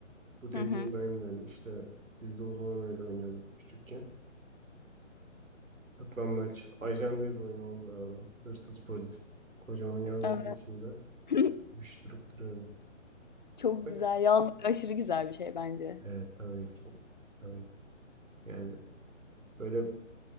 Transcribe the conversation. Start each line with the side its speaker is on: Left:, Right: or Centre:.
Right: Bu dediğin
Left: Hı hı.
Right: aynen işte biz de o zaman öyle oynuyorduk küçükken. Saklambaç. Ajan diye bir oyunumuz vardı. lan. Hırsız polis. Kocaman yazdığın
Left: Evet.
Right: içinde
Left: <laughs>
Right: uyuşturup duruyorduk.
Left: Çok
Right: Ama
Left: güzel. Yazlık aşırı güzel bir şey bence.
Right: Evet tabii ki. Tabii. Yani böyle